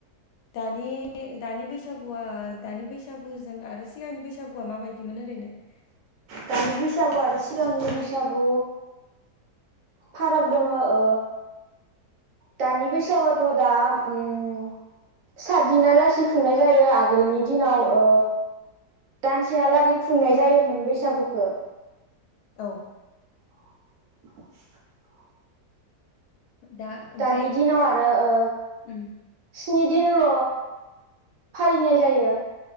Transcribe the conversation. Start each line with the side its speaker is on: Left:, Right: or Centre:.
Left: दानि दानि बैसागुवा दानि बैसागुजों आरो सिगांनि बैसागुवा माबायदिमोन ओरैनो <inaudible>
Right: दानि बैसागु आरो सिगांनि बैसागु फाराग दङो ओ दानि बैसागुवाथ' दा ओम सातदिनाआ लासि खुंनाय जायो आग आगोलनि दिनाव
Left: औ
Right: ओ दानसेहालागै खुंनाय जायोमोन बैसागुखौ
Left: औ
Right: <inaudible>
Left: दा ओमफाय
Right: दानि दिनाव आरो ओ
Left: उम
Right: स्नि दिनल' फालिनाय जायो